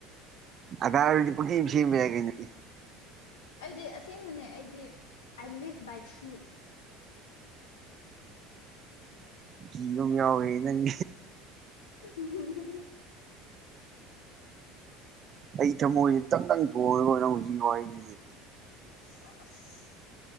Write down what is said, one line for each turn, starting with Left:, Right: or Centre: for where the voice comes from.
Right: ꯑꯗꯗꯤ ꯀ ꯁ ꯌꯥ ꯀꯅꯤ
Left: ꯑꯩꯗꯤ ꯑꯁꯦꯡꯕꯅꯦ ꯑꯩꯗꯤ ꯑꯥꯏ ꯂꯤꯚ ꯕꯥꯏꯠ ꯁꯨ
Right: ꯀ ꯌ ꯌꯥꯎ ꯍ ꯅꯪ
Left: ꯎꯝ
Right: ꯑꯩ ꯊꯃꯣꯏꯁꯦ ꯇꯪꯗꯪ ꯆꯣꯡꯉꯒ ꯅꯪ ꯍꯧꯖꯤꯛꯀꯤ ꯋꯥꯔꯤꯗꯨꯗꯤ
Left: ꯁꯁ